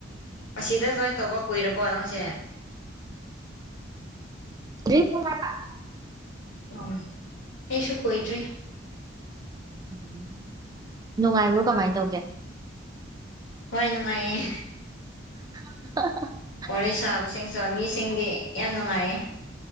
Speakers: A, on the left (about 70°); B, on the right (about 20°).
A: ꯑꯁꯤꯗ ꯖꯣꯏꯟ ꯇꯧꯕ ꯀꯨꯏꯔꯕꯣ ꯅꯪꯖꯦ
B: <unintelligible>
A: ꯎꯝ ꯑꯩꯁꯨ ꯀꯨꯏꯗ꯭ꯔꯤ
B: ꯎꯝ ꯅꯨꯡꯉꯥꯏꯕ꯭ꯔꯣ ꯀꯃꯥꯏꯅ ꯇꯧꯒꯦ
A: ꯍꯣꯏ ꯅꯨꯡꯉꯥꯏꯌꯦ
B: <unintelligible>
A: ꯋꯥꯔꯤ ꯁꯥꯕꯁꯤꯡꯁꯨ ꯃꯤꯁꯤꯡꯗꯤ ꯌꯥꯝ ꯅꯨꯡꯉꯥꯏꯌꯦ